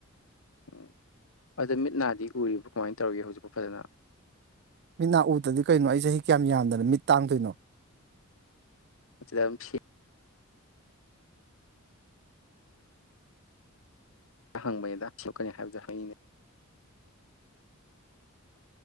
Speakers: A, on the left; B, on the right.
A: ꯎꯝ ꯑꯗꯣ ꯃꯤꯠ ꯅꯥꯗꯤ ꯎꯔꯤꯕꯣ ꯀꯃꯥꯏꯅ ꯇꯧꯔꯒꯦ ꯍꯧꯖꯤꯛꯄꯨ ꯐꯖꯅ
B: ꯃꯤꯠ ꯅꯥ ꯎꯗ꯭ꯔꯗꯤ ꯀꯩꯅꯣ ꯑꯩ ꯆꯍꯤ ꯀꯌꯥꯝ ꯌꯥꯝꯗꯅ ꯃꯤꯠ ꯇꯥꯡꯗꯣꯏꯅꯣ
A: <unintelligible> ꯍꯪꯕꯅꯤꯗꯥ ꯁꯣꯛꯀꯅꯤ ꯍꯥꯏꯕꯗꯨꯣ ꯍꯥꯏꯉꯤꯅꯦ